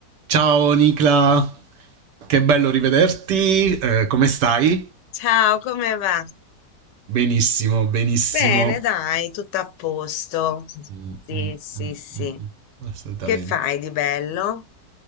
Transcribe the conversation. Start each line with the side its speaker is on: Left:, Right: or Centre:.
Right: Ciao Nicla, che bello rivederti, eh, come stai?
Left: Ciao, come va?
Right: Benissimo, benissimo.
Left: Bene, dai, tutto a posto.
Right: Mm,
Left: Sì,
Right: mm,
Left: sì,
Right: mm,
Left: sì.
Right: mm, mm, Assolutamente.
Left: Che fai di bello?